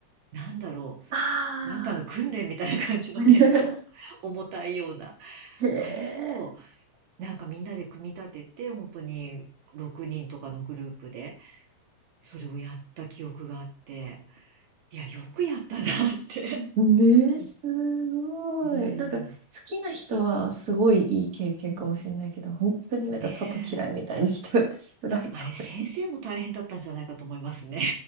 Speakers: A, on the right; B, on the right.
A: なんだろ
B: ああ。
A: う、なんかの訓練みたいな感じのテント。
B: <laughs>
A: <laughs> 重たいような。
B: へえ。
A: あれを、なんかみんなで組み立てて、本当に6人とかのグループで、それをやった記憶があって、いや、よくやったなって。
B: ね、すごい。
A: うん。
B: なんか、好きな人はすごいいい経験かもしれないけど、本当になんか外嫌いみたいな人って辛いかもしれない。
A: ねえあれ、先生も大変だったんじゃないかと思いますね。